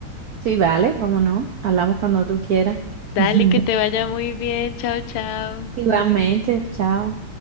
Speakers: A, on the right; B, on the left.
A: Sí, vale, cómo no. Hablamos cuando tú quieras.
B: Dale,
A: <laughs>
B: que te vaya muy bien, chao, chao.
A: Igualmente, chao.